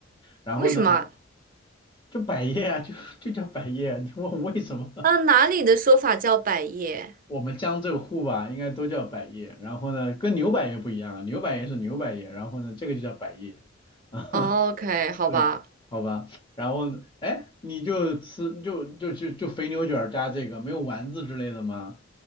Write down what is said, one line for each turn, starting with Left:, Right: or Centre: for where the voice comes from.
Left: 然后呢。
Right: <laughs> 为什么
Left: 就百叶啊，就就叫百叶啊你问为什么？
Right: 啊，啊哪里的说法叫百叶
Left: 我们江浙沪吧，应该都叫百叶。然后呢，跟牛百叶不一样啊，牛百叶是牛百叶，然后呢，这个就叫百叶。<laughs> 啊，
Right: 哦？OK，好吧。
Left: 对，好吧。然后呢，哎，你就吃就就就就肥牛卷儿加这个，没有丸子之类的吗？